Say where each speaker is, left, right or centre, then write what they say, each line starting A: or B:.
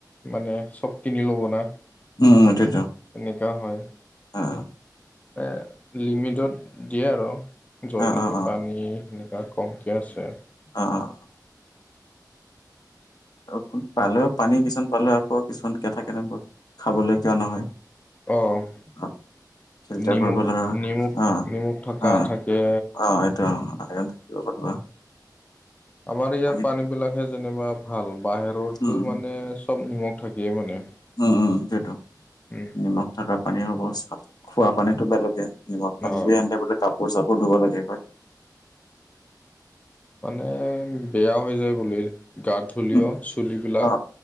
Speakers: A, on the left; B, on the left.
A: মানে চব কিনি ল'ব না।
B: উম, সেইটোৱেটো
A: এনেকা হয়
B: অ'।
A: এ লিমিটত দিয়ে আৰু। য'ত
B: অ',
A: নেকি
B: অ', অ',
A: পানী এনেকুৱা কমকিয় আছে।
B: অ', অ'। অ', পালেও পানী কিছুমান পালেও আকৌ কিছুমান কে থাকে বত খাবলৈ কিয় নহয়।
A: অ'।
B: অ ফিল্টাৰ
A: নিমখ
B: কৰিব লগা হয়
A: নিমখ
B: অ',
A: নিমখ থকা
B: অ',
A: থাকে।
B: অ', এইটো আইৰণ থাকিব ক'তবা
A: আমাৰ ইয়াৰ
B: পানীত
A: পানী বিলাকহে যেনিবা ভাল বাহিৰতো
B: উম,
A: মানে চব নিমখ থাকিয়েই মানে।
B: উম উম সেইটোৱেটো।
A: উম,
B: নিমখ থকা পানীয়ে হ'ব চ খোৱা পানীতো বেলেগে, নিমখ পানী
A: অ',
B: দি কাপোৰ চাপোৰ ধুব লাগে হয়।
A: মানে বেয়া হৈ যায় বুলি গা ধুলেও,
B: উম,
A: চুলিবিলাক।
B: অ',